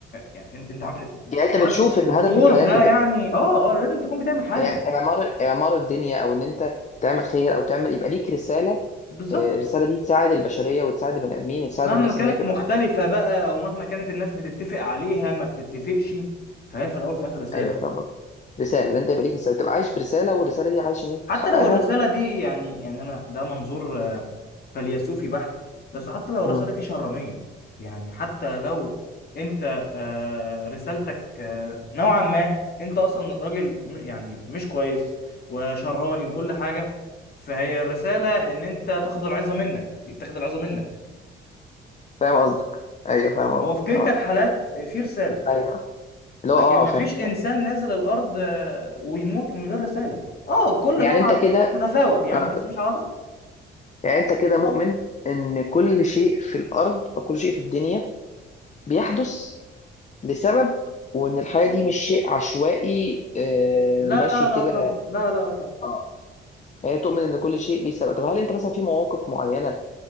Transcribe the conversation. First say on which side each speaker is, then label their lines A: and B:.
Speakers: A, on the left (about 50°); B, on the left (about 35°).
A: يعني انت انت عم-
B: يعني
A: حوار
B: انت بتشوف
A: الدكتور
B: ان هدف الحياه
A: ده
B: كده
A: يعني اه اه لازم تكون بتعمل حاجه
B: إع- اعمار اعمار الدنيا او ان انت تعمل خير او تعمل يبقى ليك رساله
A: بالظبط
B: آه، الرساله دي تساعد البشريه وتساعد البني ادمين وتساعد
A: مهما
B: الناس
A: كانت
B: ان هي تبقى
A: مختلفه
B: احسن
A: بقى او مهما كانت الناس بتتفق عليها ما بتتفقش فهي في الاول وفي الاخر رساله
B: ايوه فاهم قصدك رساله اللي انت يبقى ليك رساله تبقى عايش برساله والرساله دي عايش ان انت
A: حتى
B: تحققها
A: لو الرساله دي يعني يعني انا ده منظور فيلسوفي بحت بس حتى لو
B: مم.
A: الرسالة دي شرانية يعني حتى لو انت آه، رسالتك آه، نوعا ما انت اصلا راجل م- يعني مش كويس وشراني وكل حاجة فهي الرسالة ان انت تاخد العظة منك يتاخد العظة منك
B: فاهم قصدك ايوه فاهم
A: فهو
B: قصدك
A: في كلتا
B: اه
A: الحالات في رسالة
B: ايوه اللي
A: لكن
B: هو اه
A: مفيش
B: فاهم
A: انسان
B: فاهم
A: نازل الارض آه، ويموت من غير رسالة اه كل
B: يعني
A: طبعا
B: انت كده
A: تتفاوت يعني
B: آه.
A: بس مش على طول
B: يعني انت كده مؤمن ان كل شيء في الارض او كل شيء في الدنيا بيحدث لسبب وان الحياه دي مش شيء عشوائي آه
A: لا
B: ماشي
A: لا لا
B: كده
A: طب لا لا لا طب
B: اه يعني تؤمن ان كل شيء ليه سبب طب هل انت مثلا في مواقف معينه